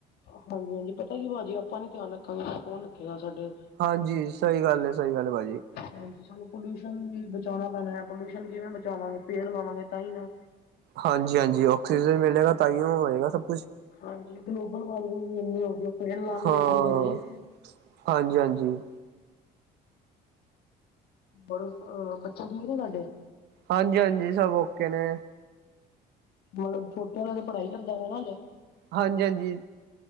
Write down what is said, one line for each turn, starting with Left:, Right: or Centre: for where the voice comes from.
Left: ਹਾਂਜੀ ਹਾਂਜੀ, ਪਤਾ ਕੀ ਵਾ ਜੀ ਆਪਾਂ ਨੀ ਧਿਆਨ ਰੱਖਾਂਗੇ, ਕੌਣ ਰੱਖੇਗਾ ਸਾਡੇ
Right: ਹਾਂਜੀ। ਸਹੀ ਗੱਲ ਹੈ, ਸਹੀ ਗੱਲ ਹੈ ਭਾਜੀ।
Left: ਹਾਂਜੀ, ਸਾਨੂੰ ਪੋਲਿਊਸ਼ਨ ਵੀ ਬਚਾਉਣਾ ਪੈਣਾ ਹੈ, ਪੋਲਿਊਸ਼ਨ ਕਿਵੇਂ ਬਚਾਵਾਂਗੇ ਪੇੜ ਲਵਾਂਗੇ ਤਾਂ ਹੀ ਨਾ।
Right: ਹਾਂਜੀ, ਹਾਂਜੀ ਆਕਸੀਜਨ ਮਿਲੇਗਾ, ਤਾਂ ਹੀ ਉਹ ਹੋਏਗਾ ਸਭ ਕੁਛ।
Left: ਹਾਂਜੀ ਗਲੋਬਲ ਵਾਰਮਿੰਗ ਇੰਨੀ ਹੋ ਰਹੀ ਹੈ ਪੇੜ ਲਾਉਣ ਨਾਲ
Right: ਹਾਂ।
Left: ਹੀ ਠੀਕ ਹੋਣੀ ਹੈ।
Right: ਹਾਂਜੀ, ਹਾਂਜੀ।
Left: ਬ ਅ ਬੱਚੇ ਠੀਕ ਨੇ ਤੁਹਾਡੇ?
Right: ਹਾਂਜੀ, ਹਾਂਜੀ ਸਭ ਓਕੇ ਨੇ।
Left: ਮਤਲਬ, ਛੋਟੇ ਵਾਲਾ ਦੇ ਪੜ੍ਹਾਈ ਕਰਦਾ ਵਾ ਨਾ ਹਲੇ।
Right: ਹਾਂਜੀ, ਹਾਂਜੀ।